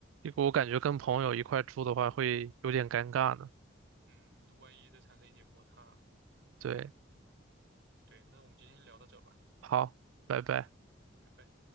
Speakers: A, on the right; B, on the right.
A: 我感觉跟朋友一块住的话会有点尴尬呢。
B: 嗯，万一再产生一点摩擦，
A: 对，
B: 对，那我们今天聊到这吧，
A: 好，拜拜。
B: 拜拜。